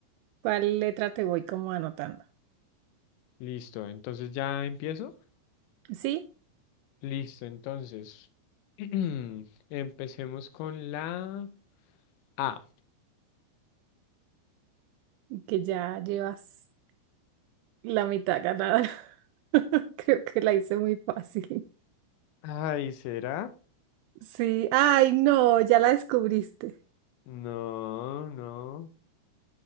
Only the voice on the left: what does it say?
listo, entonces ya empiezo.
Listo, entonces <clears throat> empecemos con la A.
Ay, ¿será?
No, no,